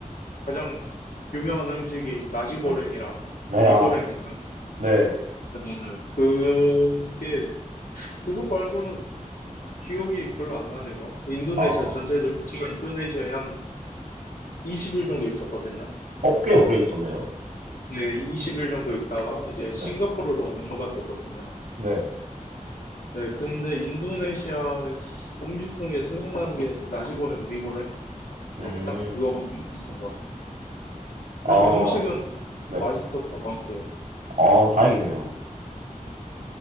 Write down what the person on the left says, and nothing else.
가장 유명한 음식이 나시고랭이랑
미고랭인가?
네, 맞아요. 그게 그거 말고는 기억이 별로 안 나네요. 인도네시아
전체적으로, 제가 인도네시아에 한 20일 정도 있었거든요.
네, 20일 정도 있다가 이제 싱가포르로
넘어갔었거든요.
네, 근데 인도네시아 음식 중에 생각나는 게 나시고랭 미고랭? 네,
딱 그거밖에 없었던 것 같습니다.
그래도 음식은
맛있었던 것 같아요.